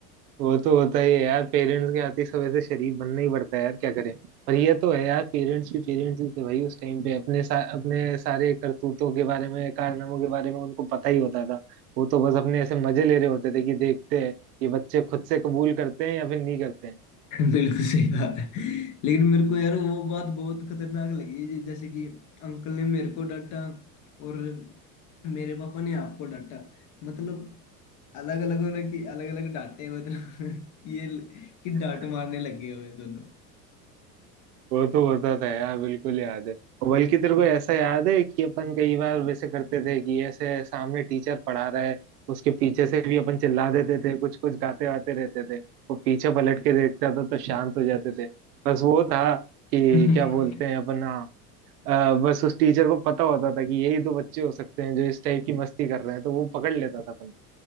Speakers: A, on the right (about 75°); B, on the left (about 40°).
A: वो तो होता ही है यार पेरेंट्स के आते ही सब ऐसे शरीफ बनना ही पड़ता है यार क्या करें पर ये तो है यार पेरेंट्स भी पेरेंट्स ही थे भाई उस टाइम पे अपने सा, अपने सारे करतूतों के बारे में कारनामों के बारे में उनको पता ही होता था वो तो बस अपने ऐसे मजे ले रहे होते थे कि देखते हैं ये बच्चे खुद से कबूल करते हैं या फिर नहीं करते हैं
B: बिल्कुल सही बात है लेकिन मेरे को यार वो बात बहुत खतरनाक लगी जे- जैसे कि अंकल ने मेरे को डांटा और मेरे पापा ने आपको डांटा मतलब अलग अलग होने की अलग अलग डांटे मतलब <laughs> ये ल- कि
A: <laughs>
B: डांट मारने लगे हुए दोनों
A: वो तो होता था यार बिल्कुल याद है और बल्कि तेरे को ऐसा याद है कि अपन कई बार वैसे करते थे कि ऐसे सामने टीचर पढ़ा रहा है उसके पीछे से भी अपन चिल्ला देते थे कुछ कुछ गाते वाते रहते थे वो पीछे पलट के देखता था तो शांत हो जाते थे बस वो था कि
B: <laughs>
A: क्या बोलते हैं अपन हाँ अ, बस उस टीचर को पता होता था कि यही दो बच्चे हो सकते हैं जो इस टाइप की मस्ती कर रहे हैं तो वो पकड़ लेता था अपन